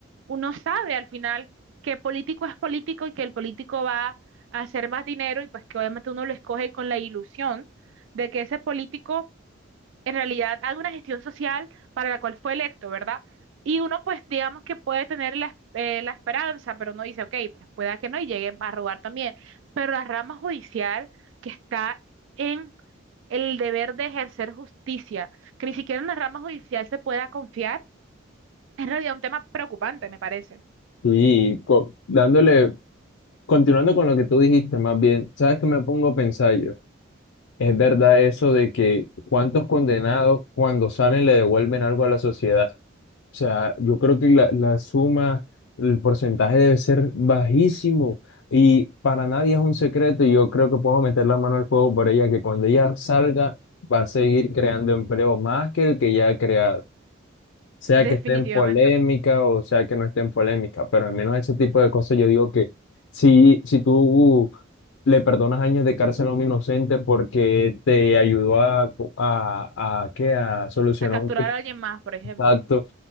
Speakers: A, on the right; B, on the left.
A: uno sabe al final que político es político y que el político va a hacer más dinero y pues que obviamente uno lo escoge con la ilusión de que ese político en realidad haga una gestión social para la cual fue electo, ¿verdad? Y uno pues digamos que puede tener la, eh, la esperanza, pero uno dice, ok, pues pueda que no y llegue a robar también, pero la rama judicial que está en el deber de ejercer justicia, que ni siquiera en la rama judicial se pueda confiar, es en realidad un tema preocupante, me parece,
B: Y co- dándole, continuando con lo que tú dijiste, más bien, ¿sabes qué me pongo a pensar yo? Es verdad eso de que cuántos condenados cuando salen le devuelven algo a la sociedad. O sea, yo creo que la, la suma, el porcentaje debe ser bajísimo y para nadie es un secreto y yo creo que puedo meter la mano al fuego por ella, que cuando ella salga va a seguir creando empleo más que el que ya ha creado. Sea
A: definitivamente.
B: que esté en polémica o sea que no esté en polémica, pero al menos ese tipo de cosas yo digo que si, si tú le perdonas años de cárcel a un inocente porque te ayudó a, a, a, ¿qué? a solucionar
A: A capturar
B: un crimen
A: a alguien más, por ejemplo.
B: Exacto.